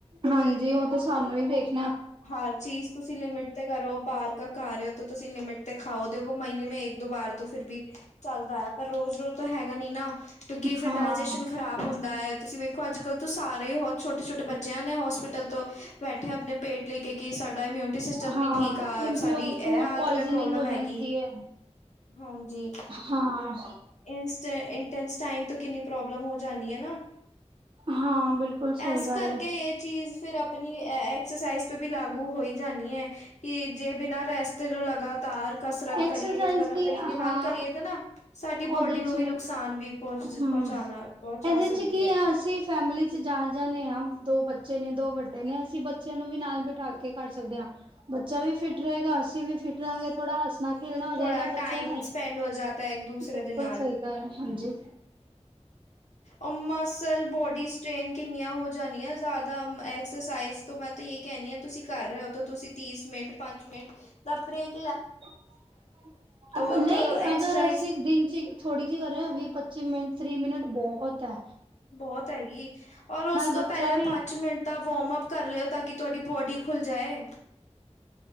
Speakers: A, on the right (about 45°); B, on the left (about 80°).
A: ਹਾਂਜੀ। ਉਹ ਤਾਂ ਸਾਨੂੰ ਹੀ ਦੇਖ
B: ਹਰ ਚੀਜ਼ ਤੁਸੀਂ ਲਿਮਿਟ ਤੇ ਕਰੋ ਬਾਹਰ ਕ ਰਹੇ ਹੋ ਤੁਸੀਂ ਲਿਮਿਟ ਤੇ ਖਾਓ ਦੇ ਮਹੀਨੇ ਮੇਂ ਇੱਕ ਦੋ ਵਾਰ ਤੋਂ ਫਿਰ ਵੀ ਚੱਲਦਾ ਐ, ਪਰ ਰੋਜ਼-ਰੋਜ਼ ਤਾਂ ਹੈਗਾ ਨੀਂ ਨਾਂ। ਕਿਂਉਕਿ ਫਿਰ
A: ਹਾਂ
B: ਡਾਇਜੈਸ਼ਨ ਖ਼ਰਾਬ ਹੁੰਦਾ ਐ। ਤੁਸੀਂ ਵੇਖੋ ਅੱਜ-ਕੱਲ੍ਹ ਤੋਂ ਸਾਰੇ ਹੀ ਬਹੁਤ ਛੋਟੇ-ਛੋਟੇ ਬੱਚਿਆਂ ਨੇ ਹੋਸਪਿਟਲ ਤੋਂ ਬੈਠੇ ਆਪਣੇ ਪੇਟ ਲੈ ਕੇ ਕੀ ਸਾਡੇ ਇਮਿਊਨ ਸਿਸਟਮ
A: ਹਾਂ
B: ਨੀ ਠੀਕ ਆ,
A: ਇੰਪਿਓਰ
B: ਸਾਡੀ ਇਹ
A: ਫੂਡ
B: ਆਤਮੇ
A: ਪੁਆਇਜ਼ਨਿੰਗ
B: ਪ੍ਰੋਬਲਮ
A: ਹੋ
B: ਹੈਗੀ,
A: ਜਾਂਦੀ ਹੈ
B: ਹਾਂਜੀ,
A: ਹਾਂ
B: ਇੰਸਟ ਇੰਟਸਟਾਈਨ ਤੋਂ ਕਿੰਨੀ ਪ੍ਰੋਬਲਮ ਹੋ ਜਾਂਦੀ ਐ ਨਾਂ।
A: ਹਾਂ ਬਿਲਕੁਲ ਸਹੀ
B: ਇਸ
A: ਗੱਲ
B: ਕਰਕੇ
A: ਹੈ
B: ਇਹ ਚੀਜ਼ ਫਿਰ ਆਪਣੀ <unintelligible> ਕਸਾਈਜ਼ ਵੀ ਲਾਗੂ ਹੋਈ ਜਾਣੀ ਐ। ਕਿ ਜੇ ਬਿਨਾਂ ਰੈਸਟ ਜੋ ਲਗਾ ਤਾਰ ਕਸਰਤ
A: ਐਕਸਰਸਾਈਜ਼
B: ਕਰੀਏ ਜਾਂ ਗ਼ਲਤ
A: ਦੀ
B: ਤਰੀਕੇ ਨਾਲ
A: ਹਾਂ
B: ਕਰੀਏ ਤਾਂ ਨਾ ਸਾਡੀ
A: ਉਹਦੇ
B: ਬੋਡੀ ਨੂੰ
A: ਚ
B: ਵੀ ਨੁਕਸਾਨ ਵੀ ਪਹੁੰਚ
A: ਹਮ
B: ਪਹੁੰਚਾਣਾ ਪਹੁੰਚਾ
A: ਇਹਦੇ
B: ਸਕਦੀ
A: ਚ ਕੀ ਆ
B: ਐ।
A: ਅਸੀਂ ਫੈਮਿਲੀ ਚ ਜਾ ਜਾਂਦੇ ਹਾਂ ਦੋ ਬੱਚੇ ਨੇਂ ਦੋ ਵੱਡੇ ਨੇਂ, ਅਸੀਂ ਬੱਚਿਆਂ ਨੂੰ ਵੀ ਨਾਲ ਬਿਠਾ ਕੇ ਕਰ ਸਕਦੇ ਹਾਂ ਬੱਚਾ ਵੀ ਫਿਟ ਰਹੇਗਾ। ਅਸੀਂ ਵੀ ਫਿਟ ਥੋੜਾ ਹੱਸਣਾ, ਖੇਲਣਾ ਹੋ
B: ਥੋੜਾ
A: ਜਾਏਗਾ ਬੱਚਿਆਂ
B: ਟਾਈਮ
A: ਨਾਲ।
B: ਸਪੈਂਡ ਹੋ ਜਾਤਾ ਹੈ ਇੱਕ ਦੂਸਰੇ
A: ਬਿਲਕੁਲ
B: ਦੇ ਨਾਲ।
A: ਸਹੀ ਗੱਲ ਐ। ਹਾਂਜੀ।
B: ਉਹ ਮਸਲ ਬੋਡੀ ਸਟ੍ਰੇਨ ਕਿੰਨੀਆਂ ਹੋ ਜਾਣੀਆਂ ਜ਼ਿਆਦਾ ਐਕਸਰਸਾਈਜ਼ ਤੋਂ ਮੈਂ ਤਾਂ ਇਹੀ ਕਹਿਣੀ ਆਂ ਤੁਸੀਂ ਕਰ ਰਹੇ ਹੋ ਤਾਂ ਤੁਸੀਂ ਤੀਸ ਮਿੰਟ ਪੰਜ ਮਿੰਟ ਦਾ ਬਰੇਕ ਜ
A: <unintelligible> ਅਬ
B: ਐਕਸਰਸਾਈਜ਼
A: ਨਈਂ ਅਗਰ ਅਸੀਂ ਦਿਨ ਚ ਹੀ ਥੋੜ੍ਹੀ ਜਿਹੀ ਕਰ ਰਹੇ ਹ ਵੀਹ ਪੱਚੀ ਮਿੰਟ ਤੀਹ ਮਿੰਟ ਬਹੁਤ ਏ।
B: ਬਹੁਤ ਹੈਗੀ। ਔਰ ਉਸ ਤੋਂ
A: ਬੱਚਾ
B: ਪਹਿਲੇ
A: ਵੀ
B: ਪੰਜ ਮਿੰਟ ਤਾਂ ਵਾਰਮਅਪ ਕਰ ਲਿਓ, ਤਾਂ ਕਿ ਤੁਹਾਡੀ ਬੋਡੀ ਖੁੱਲ ਜਾਏ।